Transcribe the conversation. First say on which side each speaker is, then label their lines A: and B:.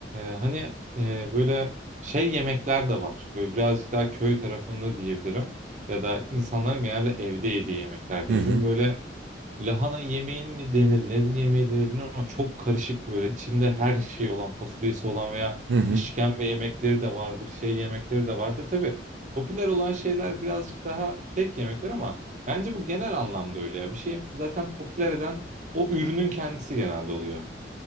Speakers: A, on the right; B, on the right.
A: e, hani e, böyle şey yemekler de var. Böyle birazcık daha köy tarafında diyebilirim. Ya da insanların genelde evde yediği yemekler diyebilirim.
B: Hı hı,
A: Böyle Lahana yemeğini mi denir, Neden yemeği denir bilmiyorum ama çok karışık böyle. İçinde her şey olan, fasulyesi olan veya
B: hı hı.
A: işkembe yemekleri de vardır, şey yemekleri de vardır. Tabii popüler olan şeyler birazcık daha tek yemekler ama bence bu genel anlamda öyle ya. Bir şeyi zaten popüler eden o ürünün kendisi genelde oluyor.